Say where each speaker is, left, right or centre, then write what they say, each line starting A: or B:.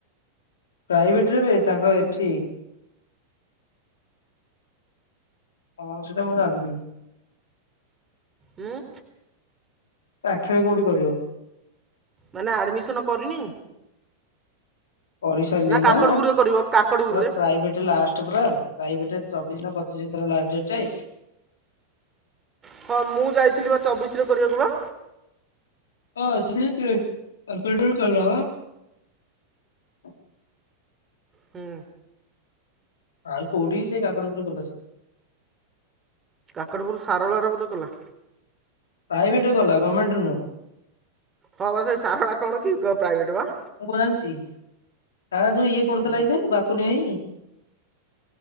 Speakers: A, on the left (about 65°); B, on the right (about 20°).
A: ପ୍ରାଇଭେଟରେ ବେ ତାଙ୍କ ଏଠି ହଁ ସେଟା ମୁଁ ଜାଣନି।
B: ଉଁ
A: ପାଖେରେ କୋଉଠି କରିବ।
B: ମାନେ ଆଡ଼ମିଶନ କରିନି।
A: ପଢି ସାରିଲିନା
B: ନା କାକଟପୁରରେ
A: ପୁରା
B: କରିବ କାକଟପୁରରେ
A: ପ୍ରାଇଭେଟେ ଲାଷ୍ଟ ପୁରା। ପ୍ରାଇଭେଟେ ରେ ଚବିଶ ନା ପଚିଶ ସେତେବେଳେ ଲାଷ୍ଟ ଡେଟେ।
B: ହଁ ମୁଁ ଯାଇଥିଲି ବା ଚବିଶ ରେ କରିବାକୁ ବା।
A: ହଁ ସେ ସେଇଠି କାଲକୁଲେଟର କରଲା ପା।
B: ହୁଁ।
A: ଆଉ କଉଠି କି ସେଇ କାକଟ ପୁର କଲେଜ।
B: କାକଟପୁରରୁ ସାରଳା ରେ ବୋଧେ କଲା।
A: ପ୍ରାଇଭେଟରେ କଲା ଗମେଣ୍ଟ ନୁହଁ।
B: ହଁ ବା ସେଇ ସାରଳା କଣ କି ପ୍ରାଇଭେଟ ବା।
A: ମୁଁ ଙ୍କ ଜାଣିଛି ସାରଳା ଯୋଉ ଇଏ ପଡୁଥିଲା
B: ହୁଁ
A: କିରେ ବାପୁନି ଭାଇ।